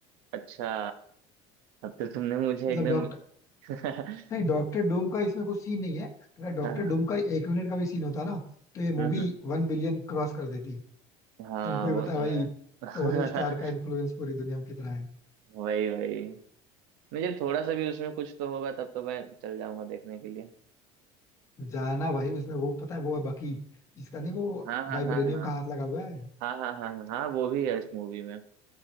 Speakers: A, on the right; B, on the left.
A: अच्छा तब तो तुमने मुझे
B: मतलब
A: एकदम
B: डॉक्टर
A: <laughs>
B: नहीं डॉक्टर डूम का इसमें कुछ सीन नहीं है अगर डॉक्टर
A: हाँ
B: डूम का एक मिनट का भी सीन होता ना तो ये मूवी
A: हम्म हम्म
B: वन बिलियन क्रॉस कर देती
A: हाँ
B: तुमको ये
A: वो
B: बता
A: तो
B: भाई
A: है
B: टोनी स्टार
A: <laughs>
B: का इन्फ्लुएंस पूरी दुनिया में कितना है
A: वही वही मुझे थोड़ा सा भी उसमें कुछ तो होगा तब तो मैं चल जाऊंगा देखने के लिए
B: जाना भाई उसमें वो पता है वो है बकी जिसका नहीं वो
A: हाँ हाँ
B: वाइब्रेनियम
A: हाँ हाँ हाँ
B: का हाथ लगा हुआ है
A: हाँ हाँ हाँ हाँ, वो भी है इस मूवी में